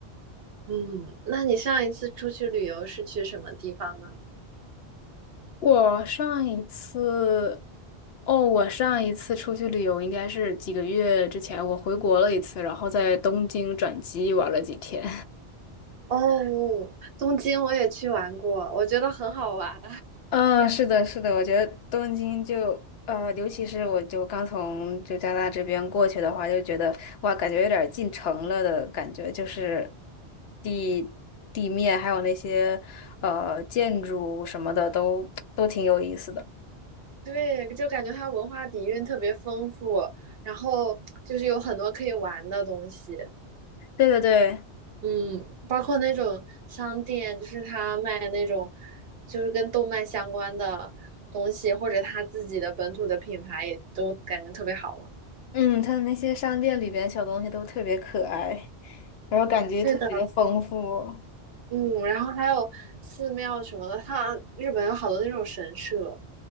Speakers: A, on the right (about 65°); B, on the left (about 70°).
A: 嗯，那你上一次出去旅游是去什么地方呢？
B: <laughs> 我上一次，哦，我上一次出去旅游应该是几个月之前，我回国了一次，然后在东京转机玩了几天。
A: 哦，东京我也去玩过，我觉得很好玩。
B: 嗯，是的，是的，我觉得东京就呃，尤其是我就刚从就加拿大这边过去的话，就觉得哇，感觉有点儿进城了的感觉，就是地地面还有那些呃建筑什么的都都挺有意思的。
A: 对，就感觉它文化底蕴特别丰富，然后就是有很多可以玩的东西，
B: 对对对，
A: 嗯，包括那种商店，就是他卖那种就是跟动漫相关的东西，或者他自己的本土的品牌，也都感觉特别好玩。
B: 嗯，它的那些商店里边小东西都特别可爱，然后感觉特别丰富。
A: 是的，嗯，然后还有寺庙什么的，它日本有好多那种神社。